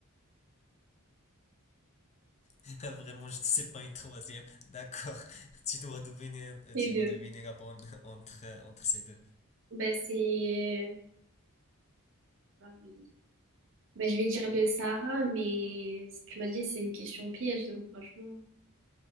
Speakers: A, on the left; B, on the right.
A: <laughs> Vraiment, je ne sais pas une troisième. D'accord, <laughs> tu dois devenir, euh,
B: Les
A: tu
B: deux.
A: dois devenir bon <laughs> entre, euh, entre ces deux.
B: Ben, c'est... Ah oui. Bah, je vais dire le Sahara, mais tu m'as dit c'est une question piège, donc franchement.